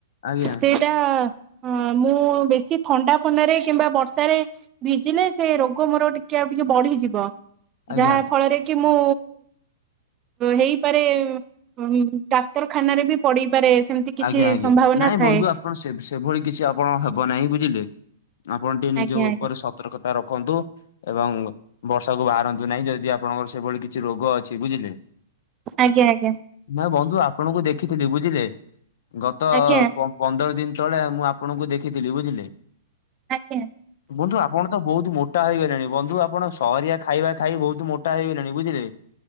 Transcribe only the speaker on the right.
ସେଇଟା ହ ମୁଁ ବେଶୀ ଥଣ୍ଡା ଫଣ୍ଡାରେ କିମ୍ବା ବର୍ଷାରେ ଭିଜିଲେ ସେ ରୋଗ ମୋର ଟିକେ ଆଉ ଟିକେ ବଢିଯିବ।
ଯାହା ଫଳରେ କି ମୁଁ ହେଇପାରେ ଉମ୍ ଡାକ୍ତରଖାନାରେ ବି ପଡିପାରେ ସେମତି କିଛି
ସମ୍ଭାବନା
ଥାଏ।
ଆଜ୍ଞା ଆଜ୍ଞା
ଆଜ୍ଞା ଆଜ୍ଞା
ଆଜ୍ଞା
ଆଜ୍ଞା।